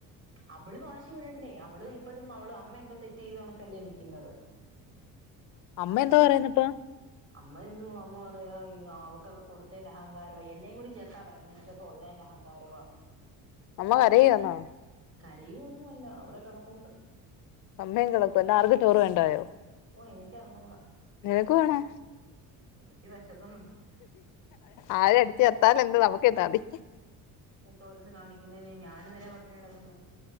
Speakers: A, on the right (about 35°); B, on the left (about 55°).
A: അവള് വാശി വിടണ്ടേ അവള് ഇപ്പോഴും അവള് അമ്മ എന്തോ തെറ്റ് ചെയ്തോണക്കല്ലേ നിൽക്കുന്നത്
B: അമ്മ എന്താ പറയുന്ന ഇപ്പ
A: അമ്മ എന്തു അമ്മോ പറയാ അവക്കൊക്കെ കൊടുത്തേന്റെ അഹങ്കാരം എന്നേ കൂടി ചേർത്താ പറയ നിനക്ക് ഒള്ളേന്റെ അഹങ്കാരവാ
B: അമ്മ കരയാന്നോ
A: കരയൊന്നുല്ല അവിടെ കിടപ്പുണ്ട്
B: അമ്മയും കിടക്കും ഇന്ന് ആർക്കും ചോറ് വേണ്ടായോ
A: ഓഹ് എനിക്കറിഞ്ഞുട
B: നിനക്ക് വേണോ
A: എനിക്കും വിഷക്കുന്നുണ്ട്
B: ആര അടിച്ചേർത്താൽ എന്ത് നമുക്ക് എന്താതി
A: തോരോന്നു കാണിക്കുന്നയ്ന് ഞാൻ എന്തിനാ പട്ടിണിടക്കുന്ന